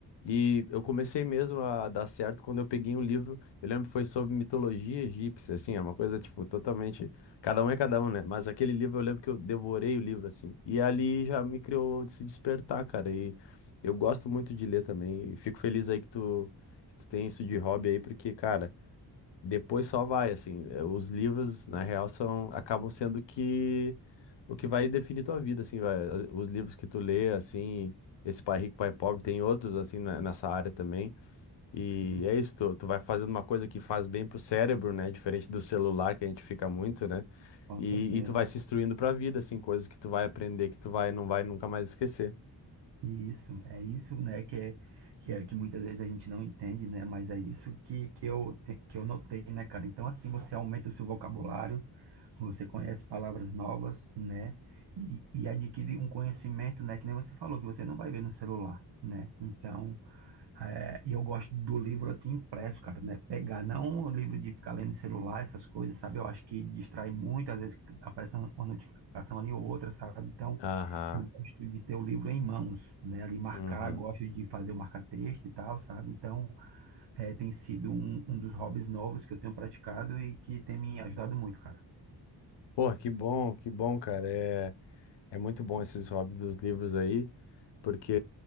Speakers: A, on the left (about 90°); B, on the right (about 75°).
A: E eu comecei mesmo a dar certo quando eu peguei um livro, eu lembro que foi sobre mitologia egípcia, assim, é uma coisa, tipo, totalmente, cada um é cada um, né? Mas aquele livro, eu lembro que eu devorei o livro, assim, e ali já me criou de se despertar, cara, e eu gosto muito de ler também, e fico feliz aí que tu, que tu tem isso de hobby aí, porque, cara, depois só vai, assim. eh, Os livros, na real, são, acabam sendo que o que vai definir tua vida, assim, vai. As- Os livros que tu lê, assim, esse Pai Rico, Pai Pobre, tem outros, assim, na- nessa área também. E
B: sim,
A: é isso, tu, tu vai fazendo uma coisa que faz bem pro cérebro, né? Diferente do celular, que a gente fica muito, né?
B: com
A: E,
B: certeza.
A: e tu vai se instruindo pra vida, assim, coisas que tu vai aprender, que tu vai, não vai nunca mais esquecer.
B: E isso, é isso, né, que é, que é que muitas vezes a gente não entende, né, mas é isso que, que eu, te- que eu notei, né, cara? Então, assim, você aumenta o seu vocabulário, Você conhece palavras novas, né? E, e adquire um conhecimento, né? Que nem você falou, que você não vai ver no celular, né? Então, é, e eu gosto do livro aqui impresso, cara, né? Pegar, não o livro de ficar lendo celular, essas coisas, sabe? Eu acho que distrai muito, às vezes aparece uma uma notificação ali ou outra, sabe? Então,
A: Aham.
B: eu gosto de ter o livro em mãos, né? Ali marcar,
A: Uhum.
B: gosto de fazer o marca-texto e tal, sabe? Então, é, tem sido um, um dos hobbies novos que eu tenho praticado e que tem me ajudado muito, cara.
A: Porra, que bom, que bom, cara. é, É muito bom esses hobbies dos livros aí, porque